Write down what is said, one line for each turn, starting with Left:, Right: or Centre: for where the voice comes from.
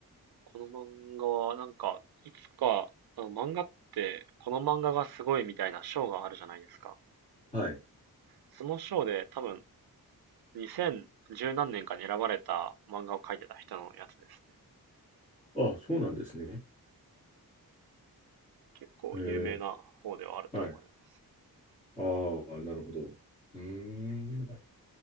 Right: この漫画はなんか、いつか、あの漫画って、この漫画がすごいみたいな賞があるじゃないですか。
Left: はい。
Right: その賞で多分2010何年かに選ばれた漫画を描いてた人のやつですね。
Left: あ、そうなんですね。
Right: 結構有名な方ではあると思います。
Left: へえ、はい。ああ、なるほど。うーん。